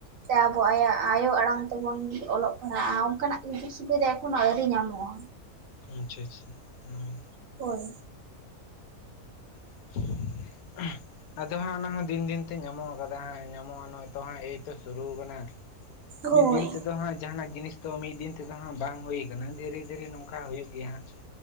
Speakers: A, on the right; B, on the left.
A: ᱥᱮ ᱟᱵᱚ ᱟᱭᱟᱜ ᱟᱭᱳ ᱟᱲᱟᱝ ᱛᱮᱵᱚᱱ ᱚᱞᱚᱜ ᱯᱟᱲᱦᱟᱜᱼᱟ ᱚᱝᱠᱟᱱᱟᱜ ᱥᱩᱡᱩᱠ ᱥᱩᱵᱤᱫᱷᱟ ᱮᱠᱷᱚᱱᱳ ᱟᱹᱣᱨᱤ ᱧᱟᱢᱚᱜᱼᱟ᱾
B: ᱟᱪᱪᱷᱟ ᱟᱪᱪᱷᱟ ᱦᱳᱭ᱾
A: ᱦᱚᱭ᱾
B: <unintelligible> ᱟᱫᱚ ᱦᱟᱸᱜ ᱚᱱᱟ ᱦᱚᱸ ᱫᱤᱱ ᱫᱤᱱ ᱛᱮ ᱧᱟᱢᱚᱜᱼᱟ ᱠᱟᱫᱟ ᱦᱟᱸᱜ ᱧᱟᱢᱚᱜᱼᱟ ᱱᱚᱜᱼᱚᱭ ᱛᱚ ᱦᱟᱸᱜ ᱮᱭᱛᱳ ᱥᱩᱨᱩᱣ ᱠᱟᱱᱟ᱾
A: ᱦᱳᱭ
B: ᱢᱤᱫ ᱫᱤᱱ ᱛᱮᱫᱚ ᱦᱟᱸᱜ ᱡᱟᱦᱟᱸᱱᱟᱜ ᱡᱤᱱᱤᱥ ᱛᱚ ᱢᱤᱫ ᱫᱤᱱ ᱛᱮᱫᱚ ᱦᱟᱸᱜ ᱵᱟᱝ ᱦᱩᱭ ᱠᱟᱱᱟ᱾ ᱫᱷᱤᱨᱤ ᱫᱷᱤᱨᱤ ᱱᱚᱝᱠᱟ ᱦᱩᱭᱩᱜ ᱜᱮᱭᱟ ᱦᱟᱸᱜ,